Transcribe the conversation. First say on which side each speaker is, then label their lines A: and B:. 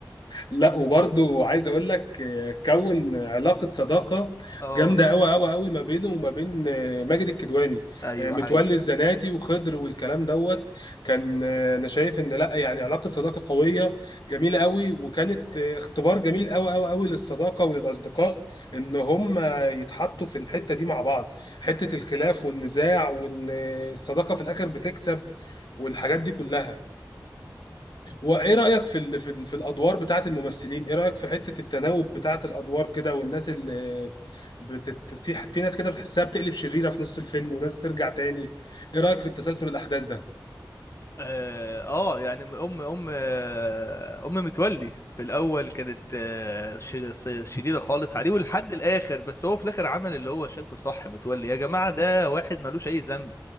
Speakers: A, on the left; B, on the left.
A: لا وبرضه عايز اقول لك آه، كون علاقه صداقه
B: اه
A: جامده قوي قوي قوي ما بينه وما بين آه، ماجد الكدواني
B: ايوه
A: آه، متولي
B: حقيقي
A: الزناتي وخضر والكلام دوت كان آه، انا شايف ان لا يعني علاقه صداقه قويه جميله قوي وكانت آه، اختبار جميل قوي قوي قوي للصداقه وللاصدقاء ان هم يتحطوا في الحته دي مع بعض حته الخلاف والنزاع وان آه، الصداقه في الاخر بتكسب والحاجات دي كلها وايه رايك في ال في, ال في الادوار بتاعه الممثلين ايه رايك في حته التناوب بتاعه الادوار كده والناس اللي بتت... في في ناس كده بتحسها بتقلب شريره في نص الفيلم وناس ترجع تاني ايه رايك في التسلسل الاحداث ده
B: اه آه، يعني ام ام آه، ام متولي في الاول كانت آه، ش- س- شديده خالص عليه ولحد الاخر بس هو في الاخر عمل اللي هو شايفه صح متولي يا جماعه ده واحد ملوش اي ذنب